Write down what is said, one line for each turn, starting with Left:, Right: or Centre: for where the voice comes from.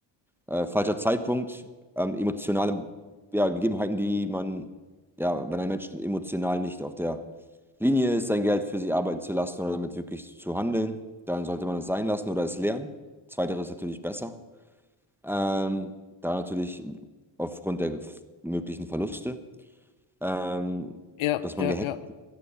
Centre: äh, falscher Zeitpunkt, ähm, emotionale ja, Gegebenheiten, die man, ja, wenn ein Mensch emotional nicht auf der Linie ist, sein Geld für sich arbeiten zu lassen oder damit wirklich zu handeln, dann sollte man es sein lassen oder es lernen. Zweiteres ist natürlich besser. Ähm, da natürlich aufgrund der möglichen Verluste. Ähm,
Left: Ja,
Centre: dass
Left: ja,
Centre: man gehackt
Left: ja.